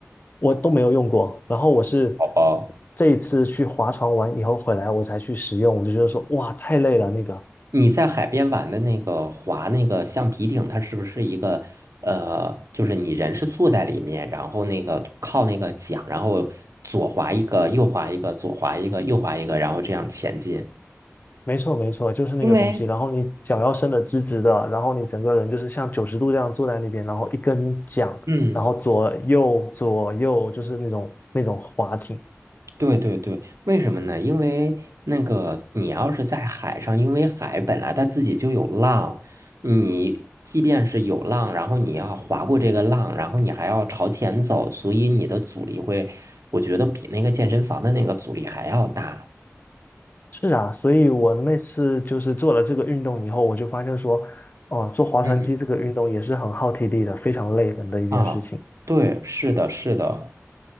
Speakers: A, on the left; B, on the right.
A: 我都没有用过。然后我是
B: 宝宝？
A: 这一次去划船玩以后回来，我才去使用，我就觉得说，哇，太累了那个。
B: 你在海边玩的那个划那个橡皮艇，它是不是一个呃，就是你人是坐在里面，然后那个靠那个桨，然后左划一个，右划一个，左划一个，右划一个，然后这样前进。
A: 没错，没错，就是那个东西。
B: 因为
A: 然后你脚要伸的直直的，然后你整个人就是像九十度这样坐在那边，然后一根桨，
B: 嗯
A: 然后左右左右就是那种那种划艇。
B: 对对对，为什么呢？因为那个你要是在海上，因为海本来它自己就有浪，你即便是有浪，然后你要划过这个浪，然后你还要朝前走，所以你的阻力会，我觉得比那个健身房的那个阻力还要大。
A: 是啊，所以我那次就是做了这个运动以后，我就发现说，哦、做划船机这个运动也是很耗体力的，
B: 嗯
A: 非常累人的一件事情。
B: 啊，对，是的，是的。